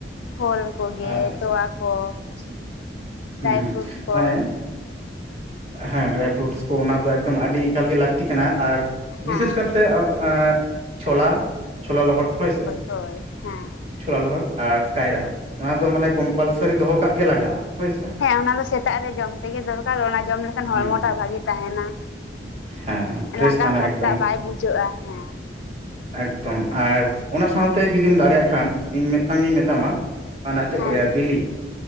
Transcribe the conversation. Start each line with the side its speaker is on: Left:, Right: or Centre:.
Left: ᱯᱷᱚᱞ ᱠᱚᱜᱮ
Right: ᱟᱨ
Left: ᱛᱚᱣᱟ ᱠᱚ
Right: ᱟᱪᱪᱷᱟ ᱦᱩᱸ
Left: ᱰᱨᱟᱭ
Right: ᱦᱩᱸ
Left: ᱯᱷᱨᱩᱴᱥ ᱠᱚ
Right: ᱢᱟᱱᱮ ᱦᱮᱸ ᱰᱨᱟᱭ ᱯᱷᱨᱩᱴᱥ ᱠᱚ ᱚᱱᱟ ᱫᱚ ᱮᱠᱫᱚᱢ ᱟᱹᱰᱤ ᱮᱠᱟᱞᱜᱮ ᱞᱟᱹᱠᱛᱤ ᱠᱟᱱᱟ ᱟᱨ
Left: ᱦᱮᱸ
Right: ᱵᱤᱥᱮᱥ ᱠᱟᱨᱛᱮ ᱛᱮ ᱪᱷᱳᱞᱟ ᱪᱷᱳᱞᱟ ᱞᱚᱦᱚᱫ ᱦᱳᱭ ᱥᱮ
Left: ᱦᱳᱭ ᱦᱮᱸ
Right: ᱪᱷᱳᱞᱟ ᱞᱚᱦᱚᱫ ᱟᱨ ᱠᱟᱭᱨᱟ ᱚᱱᱟ ᱫᱚ ᱢᱟᱱᱮ ᱠᱚᱢᱯᱟᱞᱥᱟᱨᱤ ᱫᱚᱦᱚ ᱠᱟᱜ ᱜᱮ ᱞᱟᱜᱟᱜ-ᱟ ᱦᱳᱭ ᱥᱮ
Left: ᱦᱮᱸ ᱚᱱᱟ ᱫᱚ ᱥᱮᱛᱟᱜ ᱨᱮ ᱡᱚᱢ ᱛᱮᱜᱮ ᱫᱚᱨᱠᱟᱨ ᱚᱱᱟ ᱡᱚᱢ ᱞᱮᱠᱷᱟᱱ
Right: ᱦᱩᱸ
Left: ᱦᱚᱲᱢᱚᱴᱟᱜ
Right: ᱦᱩᱸ
Left: ᱵᱷᱟᱹᱜᱤ ᱛᱟᱦᱮᱸᱱᱟ
Right: ᱦᱮᱸ ᱯᱷᱨᱮᱥ
Left: ᱞᱟᱸᱜᱟ
Right: ᱛᱟᱦᱮᱱᱟ
Left: ᱵᱷᱟᱵᱽᱴᱟᱜ
Right: ᱮᱠᱫᱚᱢ
Left: ᱵᱟᱭ ᱵᱩᱡᱷᱟᱹᱜ-ᱟ ᱦᱮᱸ
Right: ᱮᱠᱫᱚᱢ ᱟᱨ ᱚᱱᱟ ᱥᱟᱶᱛᱮ ᱡᱩᱫᱤᱢ ᱫᱟᱲᱮᱭᱟᱜ ᱠᱷᱟᱱ ᱤᱧ ᱢᱤᱫᱴᱟᱝ ᱜᱤᱧ ᱢᱮᱛᱟᱢᱟ ᱚᱱᱟ ᱪᱮᱫ
Left: ᱦᱮᱸ
Right: ᱠᱚ ᱞᱮᱭᱟ
Left: ᱞᱟᱹᱭ
Right: ᱵᱤᱞᱤ